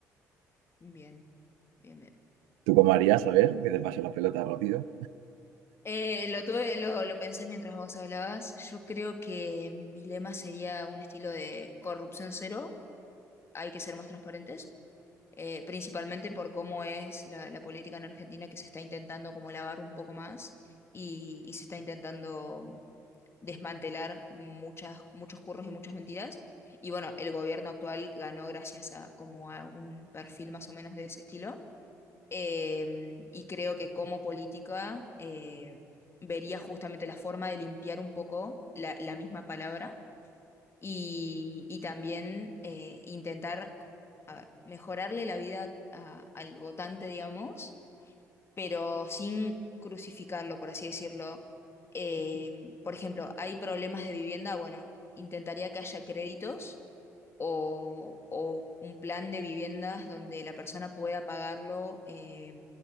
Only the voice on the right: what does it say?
¿Tú cómo harías? A ver, que te pase la pelota rápido.